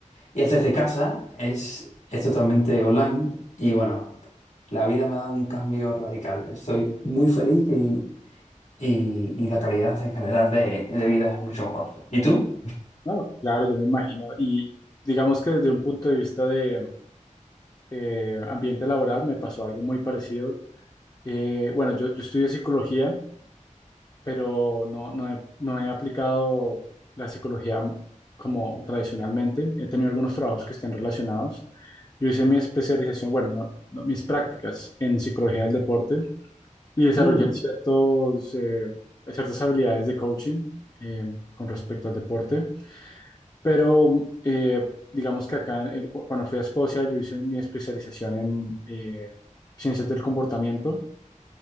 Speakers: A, on the left; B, on the left.
A: Y es desde casa, es, es totalmente online y bueno, la vida me ha dado un cambio radical. Estoy muy feliz y, y- y la calidad en general de, de vida es mucho mejor. ¿Y tú?
B: No, claro, yo me imagino. Y digamos que desde un punto de vista de eh, ambiente laboral me pasó algo muy parecido. Eh, bueno, yo, yo estudio psicología, pero no, no he, no he aplicado la psicología como tradicionalmente. He tenido algunos trabajos que estén relacionados. Yo hice mi especialización, bueno, no- no, mis prácticas en psicología del deporte y desarrollé
A: Mm,
B: ciertos, eh, ciertas habilidades de coaching eh, con respecto al deporte. Pero eh, digamos que acá, eh, cu- cuando fui a Escocia, yo hice mi especialización en eh, ciencias del comportamiento